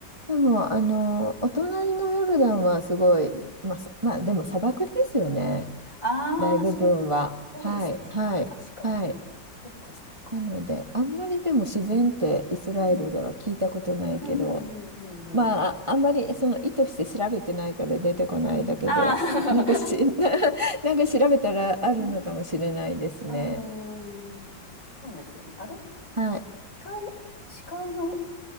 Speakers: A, on the right (about 15°); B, on the left (about 75°).
A: でも、あの、お隣のヨルダンはすごい、
B: うん、
A: まあ、さまあ、でも砂漠ですよね。
B: ああー、
A: 大部分は。
B: そうか。そうですね。
A: はい、はい、
B: ああ、確かに。
A: はい。
B: そうか、そうか。
A: なので、あんまりでも自然ってイスラエルでは聞いたことないけど、
B: うん。うん、うん、うん、うん。
A: まあ、
B: うん
A: ああんまりその意図して調べてないから出てこないだけで、
B: ああ。
A: なんかし、<laughs> なんか調べたらあるのかもしれないですね。
B: <laughs> うーん。そうですよね。あれ、視
A: はい。
B: 界、視界の